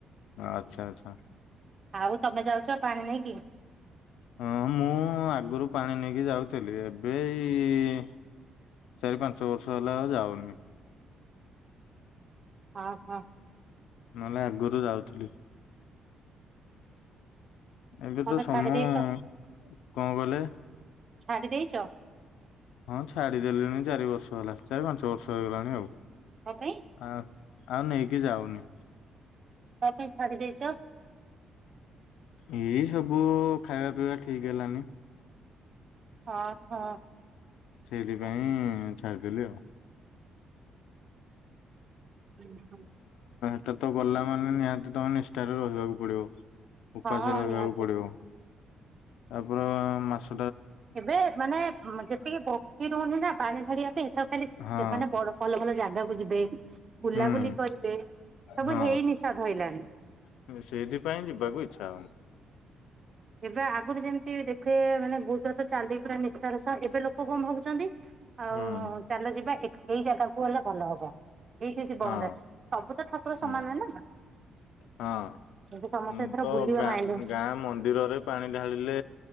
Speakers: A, on the left; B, on the right.
A: ଆଚ୍ଛା, ଆଚ୍ଛା।
B: ଆଉ ତୋମେ ଯାଉଛ ପାଣି ନେଇକି?
A: ହଁ ମୁଁ ଆଗରୁ ପାଣି ନେଇକି ଯାଉଥିଲି। ଏବେ ଏଇ ଚାରି ପାଞ୍ଚ ବର୍ଷ ହେଲା ଆଉ ଯାଉନି।
B: ହଁ, ହଁ।
A: ନହେଲେ ଆଗରୁ ଯାଉଥିଲି। ଏବେ
B: କଣ
A: ତ ସମୟ
B: ପାଇଁ ଛାଡି ଦେଇଛ
A: କଣ କହିଲେ?
B: ଛାଡି ଦେଇଚ?
A: ହଁ ଛାଡି ଦେଲିଣି ଚାରି ବର୍ଷ ହେଲା। ଚାରି ପାଞ୍ଚ ବର୍ଷ ହେଇଗଲାଣି ଆଉ।
B: କ ପାଇଁ?
A: ଆଉ ଆଉ ନେଇକି ଯାଉନି।
B: କ ପାଇଁ ଛାଡ଼ି ଦେଇଚ?
A: ଏଇ ସବୁ ଖାଇବା ପିଇବା ଠିକ ହେଲାନି।
B: ହଁ, ହଁ।
A: ସେଇଥିପାଇଁ ଛାଡିଦେଲି ଆଉ।
B: ହୁଁ, ହୁଁ।
A: ଏଟା ତ ଗଲା ମାନେ ନିହାତି ତୋମେ ନିଷ୍ଠାରେ ରହିବାକୁ ପଡିବ। ଉପାସେ
B: ହଁ
A: ରହିବାକୁ
B: ନିହାତି
A: ପଡ଼ିବ। ତାପ ମାସ। <unintelligible>
B: ଏବେ ମାନେ ଯେତିକି ଭକ୍ତି ରହୁନି ନା ପାଣି ଢାଳିବା ପାଇଁ ଇଚ୍ଛା ହେଉଚି
A: ହଁ
B: ସେମାନେ ଭଲ ଭଲ ଜାଗା କୁ ଜି ବେ। <inaudible> ବୁଲାବୁଲି
A: ହୁଁ
B: କରିବେ ସବୁ
A: ହଁ
B: ହେଇ ନିଶା ଧଇଲାନି।
A: ସେଇଥିପାଇଁ ଯିବାକୁ ଇଚ୍ଛା ହଉନି
B: ଏବେ ଆଗରୁ ଯେମିତି ଦେଖେ ମାନେ ବହୁତଥ ତ ଚାଲି ପୁରା ନିଷ୍ଠାର ସହ ଏବେ ଲୋକ କଣ ଭାବୁଛନ୍ତି ଆଉ
A: ହୁଁ।
B: ଚାଲ ଯିବା ଏଇ ଜାଗା କୁ ଗଲେ ଭଲ ହବ। ଏଇଠି ଶିବ
A: ହଁ
B: ମନ୍ଦିର ସବୁ ତ ଠାକୁର ସମାନ
A: ହୁଁ
B: ନା
A: ହଁ।
B: ଏବେ ସମସ୍ତେ
A: ଉଁ
B: ଏଥର
A: ତ
B: ବୁଲିବା
A: ଗାଁ
B: ମାଇ
A: ଗାଁ ମନ୍ଦିରରେ ପାଣି ଢାଳିଲେ